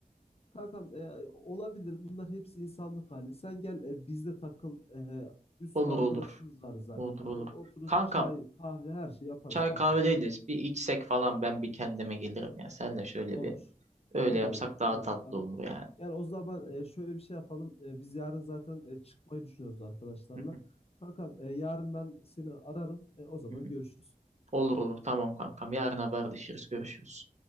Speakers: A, on the left; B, on the right.
A: Kankam e, olabilir. Bunlar hepsi insanlık hali. Sen gel e, bizde takıl. E, bir sürü
B: Olur
A: arkadaşımız
B: olur.
A: var zaten
B: Olur
A: kankam.
B: olur.
A: Otururuz
B: Kankam
A: çay, kahve her şeyi yaparız
B: çay
A: kankam
B: kahve değiliz.
A: yani.
B: Bir içsek falan ben bir kendime gelirim ya. Senle şöyle
A: Olur.
B: bir Öyle
A: O
B: yapsak
A: da olur.
B: daha
A: O da olur
B: tatlı
A: kankam.
B: olur yani.
A: Yani o zaman e, şöyle bir şey yapalım. E, biz yarın zaten e, çıkmayı düşünüyoruz arkadaşlarla.
B: Hı hı,
A: Kankam e, yarın ben seni ararım. E, o zaman
B: hı hı.
A: görüşürüz.
B: Olur olur tamam kankam. Yarın haberleşiriz. Görüşürüz.